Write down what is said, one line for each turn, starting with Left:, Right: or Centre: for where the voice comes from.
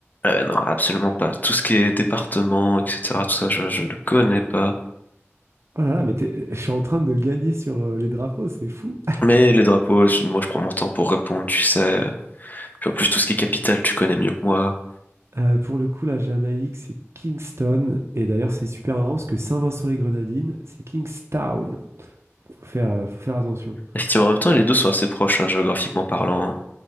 Left: Euh, non, absolument pas. Tout ce qui est département, etc., tout ça, je, je ne connais pas.
Right: Oh là là, mais t'es- <laughs> je suis en train de gagner sur euh, les drapeaux, c'est fou.
Left: Mais les drapeaux, je- moi, je prends mon temps pour répondre, tu sais. Puis en plus, tout ce qui est capitale, tu connais mieux que moi.
Right: Euh, pour le coup, la Jamaïque, c'est Kingston. Et d'ailleurs, c'est super marrant parce que Saint-Vincent-les-Grenadines, c'est Kingstown. Faut faire, euh, faut faire attention.
Left: Effectivement, en même temps, les deux sont assez proches, hein, géographiquement parlant. hein.